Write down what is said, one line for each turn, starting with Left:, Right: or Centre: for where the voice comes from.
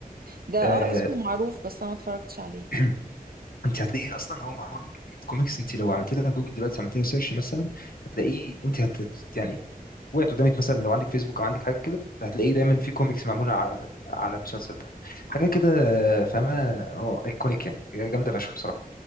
Right: ده اه
Left: آه،
Right: اسمه معروف بس انا ما اتفرجتش عليه
Left: <clears throat> انت هتلاقيه اصلا هو معمول له كميه كوميكس انت لو عملت لها جوجل دلوقتي عملت لها سيرش مثلا هتلاقيه انت هت يعني وقعت قدامك مثلا لو عندك فيسبوك او عندك حاجه كده هتلاقيه دايما في كوميكس معموله على على المسلسل ده حاجه كده آه، فاهمه اه ايكونيك يعني جامده فشخ بصراحه